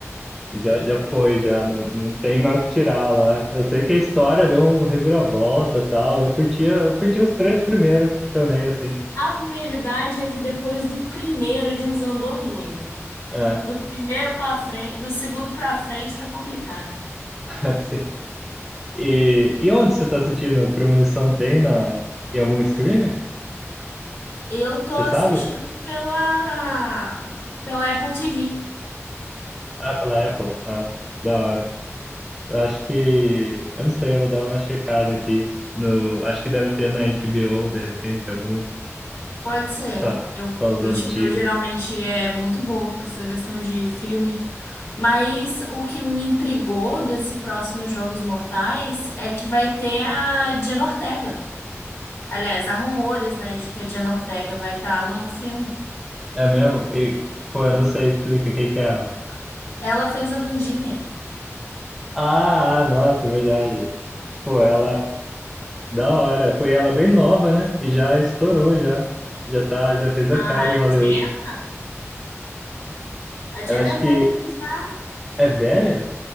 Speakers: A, in the centre; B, on the left.
A: já, já foi, já não, não tem mais o que tirar lá. Eu sei que a história deu um reviravolta e tal. Eu curtia, eu curti os três primeiros também, assim.
B: A verdade é que depois do primeiro desandou muito.
A: É,
B: Do primeiro pra frente, do segundo pra frente foi complicado.
A: <laughs> assim. E, e onde você tá assistindo? Premonição tem na, em algum streamer?
B: Eu tô
A: Você
B: assistindo
A: sabe?
B: pela pela Apple TV.
A: Ah, pela Apple. Ah, da hora. Eu acho que. Eu não sei, eu vou dar uma checada aqui. No, acho que deve ter na HBO, de repente, algum.
B: Pode ser.
A: Acho que só,
B: Eu,
A: só os
B: o
A: antigos.
B: HBO geralmente é muito boa com essa questão de filme. Mas o que me intrigou desse próximo Jogos Mortais é que vai ter a Diana Ortega. Aliás, há rumores, né, de que a Diana Ortega vai estar no filme.
A: É mesmo? E, pô, eu não sei, explica quem que é ela.
B: Ela fez a Wandinha.
A: Ah, ah, nossa, é verdade. Pô, ela. Da hora. Pô, e ela é bem nova, né? E já estourou, já. Já tá, já fez a
B: Ah,
A: cara em Hollywood.
B: a Diana? A Diana
A: Eu acho
B: é velha
A: que
B: já.
A: é velha?